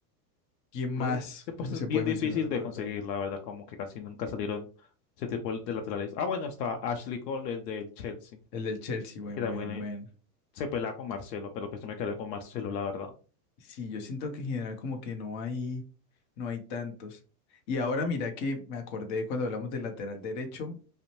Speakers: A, on the left; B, on the left.
A: ¿quién
B: Pero
A: más
B: ese, ese puesto
A: se
B: es bien
A: puede
B: difícil
A: mencionar de
B: de
A: pronto
B: conseguir,
A: ahí?
B: la verdad, como que casi nunca
A: Sí.
B: salieron ese tipo de laterales. Ah, bueno, está Ashley Cole, el del Chelsea,
A: El del Chelsea, buen,
B: que también
A: buen, buen.
B: se pelea con Marcelo, pero pues yo me quedé con Marcelo, la verdad.
A: Sí, yo siento que en general como que no hay, no hay tantos. Y ahora mira que me acordé cuando hablamos del lateral derecho,